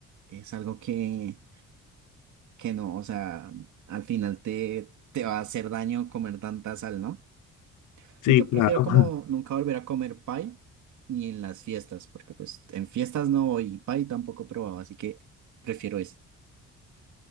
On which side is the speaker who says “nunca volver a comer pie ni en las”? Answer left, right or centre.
Right